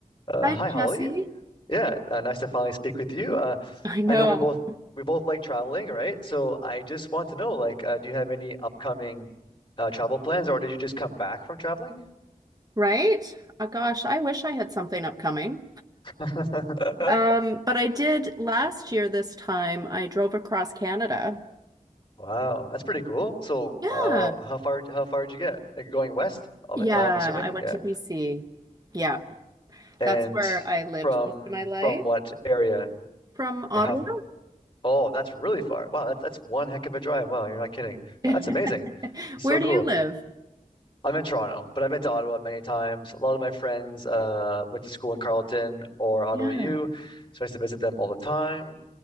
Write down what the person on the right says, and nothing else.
Hi,
Jesse.
I know,
right? Oh, gosh, I wish I had something upcoming.
Um, but I did last year this time. I drove across Canada.
Yeah.
Yeah,
I went
to BC. Yeah.
That's where I lived
most of my life
from Ottawa.
<laughs>
Where
do you live?
Yeah,